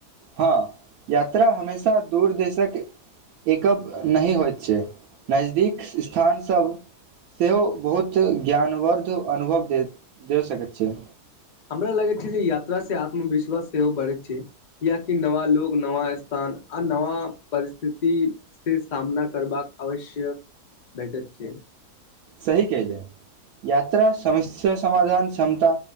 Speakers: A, on the right; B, on the left.
A: हँ यात्रा हमेशा दूर देशक। एकप नहि होइत छै नजदीक स्थान सभ। सेहो बहुत ज्ञानवर्द्ध अनुभव देत देव सकैत छै।
B: हमरा लागै छै जे यात्रा से आत्मविश्वास सेहो बढ़ै छै। क्याकि नवा लोग नवा स्थान आ नवा परिस्थिति। से सामना करबाक आवश्यक भेटैत छै।
A: सही कहलियै यात्रा समस्या समाधान क्षमता।